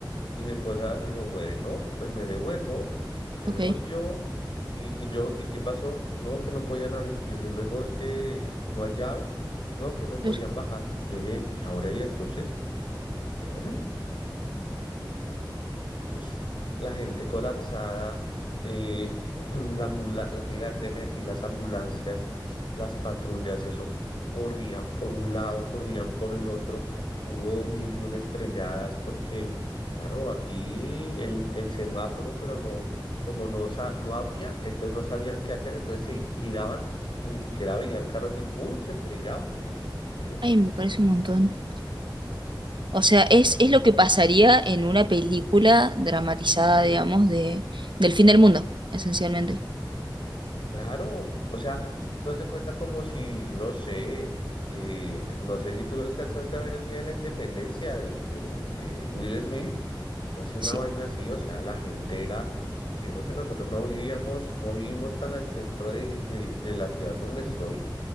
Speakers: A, on the left; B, on the right.
A: Y mi esposa dijo, bueno, pues me devuelvo. Se
B: ok.
A: devolvió. Y, y yo, ¿y qué pasó? No, que no podían abrir. Y dije, luego es que no hay llaves. No, que no
B: Pero,
A: podían bajar. Y yo dije, ¿y ahora y entonces? Dijo, "Mm" eh, pues la gente colapsada, eh, <clears throat> la ambula- la- mira, créeme aquí, las ambulancias, las patrullas, eso corrían por un lado, corrían por el otro, hubo mil y una estrelladas porque, claro, aquí el, el semáforo, pero no, como no, sa- no había, entonces no sabían qué hacer, entonces se giraban y ni siquiera veían carros y ¡pum! se estrellaban. Y yo, pero
B: Ay, me parece un montón. O sea, es, es lo que pasaría en una película dramatizada, digamos, de, del fin del mundo, esencialmente.
A: Claro, o sea, tú haz de cuenta como si, no sé, eh, no sé si tú alcanzaste a ver el Día de la Independencia de, de, de Will Smith, algo así, una
B: Sí,
A: vaina así, o sea, la gente era, y eso que nosotros no vivíamos, no vivimos tan al centro de, de, de la ciudad donde estoy,